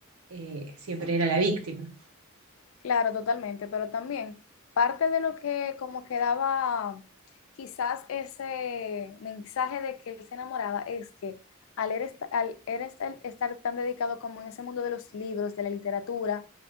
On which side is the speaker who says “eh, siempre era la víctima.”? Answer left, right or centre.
Right